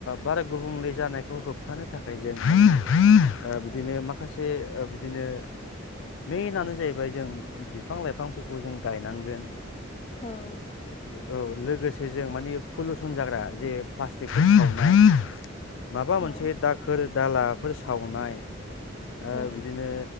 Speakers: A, on the left; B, on the left.
A: बारा गुबुंले जानायखौ होबथानो थाखाय जों ओ बिदिनो
B: औ
A: माखासे ओ बिदिनो मेइनानो जाहैबाय जों बिफां लाइफांफोरखौ जों गायनांगोन।
B: औ
A: औ लोगोसे जों माने पलुसन जाग्रा जे प्लास्टिक <inaudible> माबा
B: औ
A: मोनसे दाखोर दालाफोर सावनाय ओ
B: औ
A: बिदिनो